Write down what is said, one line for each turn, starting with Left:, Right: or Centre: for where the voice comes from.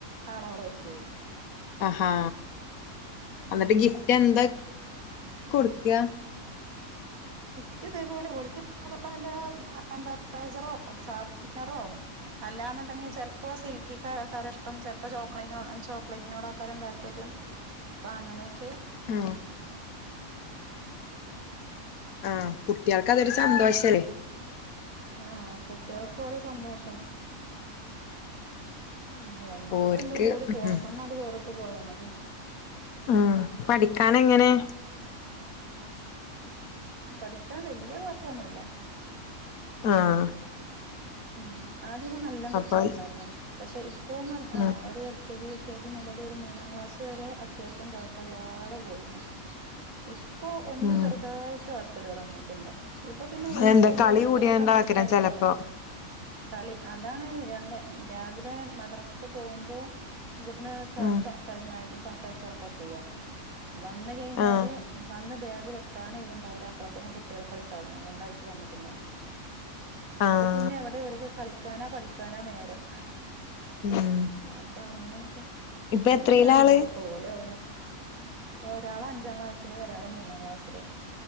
Right: ആളവടെ വെച്ച് പോവും
Left: ആഹാ അന്നട്ട്
Right: അങ്ങനെ
Left: ഗിഫ്റ്റ് എന്താ കൊടുക്കാ
Right: ഗിഫ്റ്റ്പോലെള ഇഷ്ടപ്പെട്ടൈസറോ ഷാർപ്പ്നറോ അല്ലാന്നുണ്ടെങ്കി ചിലപ്പോ സിൽക്കിക്കാരക്കെ ക്കാര ഇഷ്ട ചിലപ്പോ ചോക്ലേ ചോക്ലേറ്റിനോട് ആക്കാരം താല്പര്യം അപ്പൊ അങ്ങനെയൊക്കെ
Left: ആ ആഹ കുട്ടികൾക്ക് നക്ക അതൊരു സന്തോഷ അല്ലേ
Right: ആഹ കുട്ടികൾക്ക് പോരേ സന്തോഷം അ ഞമ്മക്കിപ്പ
Left: ഓര്ക്ക്
Right: എന്താള്ളൂ ഒരു ഫോണമ്മന്ന
Left: ഉം
Right: വേറിട്ട് പോയാ മതി
Left: ഉ പഠിക്കൻ എങ്ങനെ
Right: പഠിക്കാൻ വല്യ കൊഴപ്പൊന്നുമല്ല
Left: ആഹ്
Right: ഉ ആദ്യമം നല്ല പഠിച്ചിട്ടുണ്ടായിരുന്നു
Left: അപ്പൊ
Right: പക്ഷെ ഇപ്പോൊന്ന് പറ
Left: ഉം
Right: ആ ഒരു കെ ജി കെ ജി മുതൽ ഒരു മൂന്നാം ക്ലാസ് വരെ അത്യാവശ്യം കുഴപ്പല്ലാതെ പോയിരുന്നു ഇപ്പൊ ഒന്ന്
Left: ഉം
Right: ചെറുതായിട്ട് ഉഴപ്പ തുടങ്ങിയിട്ടുണ്ട് ഇപ്പൊ പിന്നെ ഒരുഓലക്ക്
Left: അതെന്താ കളി
Right: ലേതായിട്ടുള്ള
Left: കൂടിയാണ്ടാക്കണം
Right: കമ്പനി കാരക്കായില്ല
Left: ചെലപ്പോ
Right: കളി അതാണ് രണ്ട് രാവിലെ മദ്രാസക്ക് പോകുമ്പോ ഇവിടുന്ന്
Left: ഉം
Right: തുണക്കാരന്മാ തുണക്കരുത്തി എളപ്പാ പോവാ വന്ന കഴിഞ്ഞാല്
Left: ആഹ്
Right: വന്ന ബാഗ് ക്കാന ഇവണ്ടാവില്ല അപ്പ്ളക്കനും കുട്ടികൾ കളിസാധനം കൊണ്ടായിട്ട് വന്നിുണ്ടാവും
Left: ആഹ
Right: പിന്നെ എവിടെ ഒരു കളിക്കാനാ പഠിക്കാനോ നേരം
Left: ഉം
Right: അപ്പൊ അങ്ങനെ
Left: ഇപ്പൊ
Right: പിന്നെ
Left: എത്രയിലാ
Right: ഞാൻ വിചാരിക്കു
Left: ആള്
Right: ഓലെ ഓനെ ഒരാള് അഞ്ചാം ക്ലാസ്സില് ഒരാള് മൂന്നാം ക്ലാസ്സില്